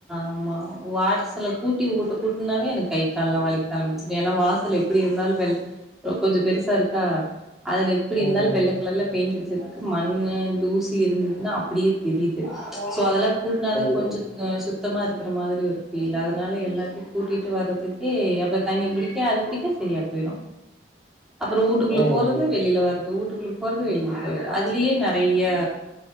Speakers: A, in the centre; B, on the left.
A: ஆமா வாசல கூட்டி ஊட்ட கூட்டனாவே எனக்கு கை கால்லா வலிக்க ஆரம்பிச்சிரு ஏன்னா வாசல் எப்படி இருந்தாலு வெல் கொஞ்சோ பெருசா இருக்கா அதன் எப்டி
B: ம்.
A: இருந்தாலு வெள்ள ன்ட் அடிச்சதுக்கு மண்ணு தூசி இருந்துதுன்னா அப்டியே தெரியுது சோ அதல கூட்னாத
B: கண்டிப்பா.
A: கொஞ்சோ ஆ சு த்தமா இருக்கிற மாரி ஒரு ஃபீல் அதனால எல்லாத்தையு கூட்டிட்டு வர்றதுக்கே அப்ப தண்ணி குடிக்க அத பிடிக்க சரியா போயிடோ அப்புறோ வூட்டுக்குள்ள
B: ம்,
A: போறது
B: ம்.
A: வெளில வர் இந்த ஊட்டுக்குள்ள போறது வெளிபடுத்தது அதுலயே நறையா